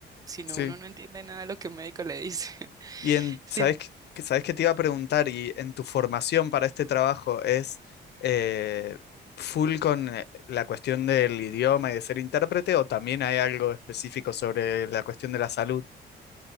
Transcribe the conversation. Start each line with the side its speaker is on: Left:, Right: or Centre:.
Right: si no,
Left: Sí.
Right: uno no entiende nada de lo que un médico le dice. <laughs>
Left: Y en, ¿sabes
Right: Sí.
Left: que sabes que te iba a preguntar? Y en tu formación para este trabajo es eh, full con eh, la cuestión del idioma y de ser intérprete, o también hay algo específico sobre la cuestión de la salud.